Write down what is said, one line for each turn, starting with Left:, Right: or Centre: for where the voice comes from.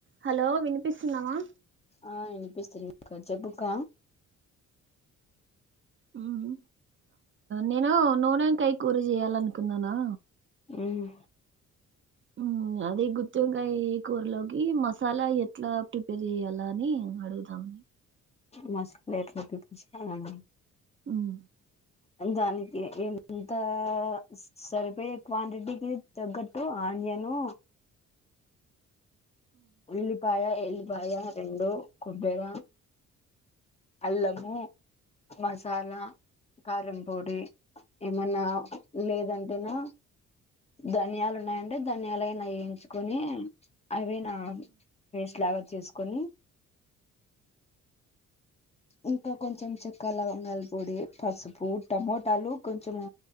Right: Hello వినిపిస్తున్నమా
Left: ఆ విన్పిస్తుంది అక్క చెప్పు క్క
Right: ఉమ్ నేను నూనొంకాయ కూర చేయాలన్కున్నానా
Left: ఊమ్
Right: ఉ అదే గుత్తివంకాయ్ కూరలోకి మసాలా ఎట్లా ప్రిపేర్ చెయ్యాలా అని అడుగుదాం
Left: మస్ ప్లేట్లోకి <unintelligible>
Right: ఊం
Left: దానికి ఎంత స్ సరిపొయే క్వాంటిటీకి తగ్గట్టు అన్యను ఉల్లిపాయ ఎల్లిపాయ రెండు కొబ్బెర అల్లము మసాల కారం పొడి ఏమన్నా లేదంటేనా ధన్యాలున్నయంటె ధన్యలయినా ఏయించుకొని అవి నా పేస్ట్ లాగ చేసుకొని ఇంక కొంచం చెక్క లవంగాల్ పొడి పసుపు టమాటాలు కొంచము